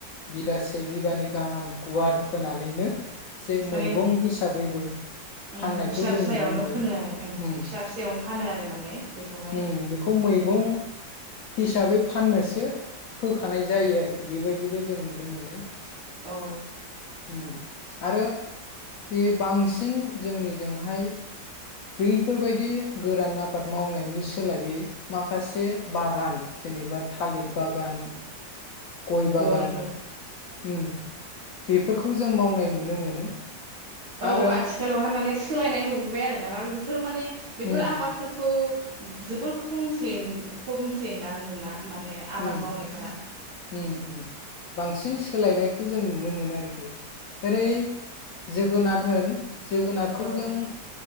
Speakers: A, on the left; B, on the right.
A: बिगासे बिगानै गाहाम गुवार फोनानैनो। जे मैगं
B: माने
A: हिसाबैबो
B: उम
A: फाननायखौ
B: फिसा
A: जों
B: फिसायावनो
A: नुनो मोनो।
B: फोनो आरो ओं
A: उम
B: फिसा फिसायावनो फानो आरो माने बेखौहाय
A: उम बेखौ मैगं हिसाबै फाननोसो सो होखानाय जायो आरोखि बेबायदिबो जों नुनो मोनो।
B: औ
A: उम आरो बे बांसिन जोंनिजोंहाय बैफोरबायदि गोरान आबाद मावनायनि सोलायै माखासे बागान जेनेबा थालिर बागान गय बागान
B: गयफोर
A: उम बेफोरखौ जों मावनाय नुनो मोनो
B: औ
A: आरो
B: आथिखालावहाय माने सोलायनाय नुबोबाय आरो ना <inaudible> बेफोर माने बेफोर
A: उम
B: आबादफोरखौ। खौ जोबोर खम खमसै नुना। माने आबाद
A: उम
B: मावनायफोरा।
A: उम उम बांसिन सोलायनायखौ जों नुनो मोनो आरोखि ओरै जोगोनाद होन जोगोनारखौ
B: औ
A: जों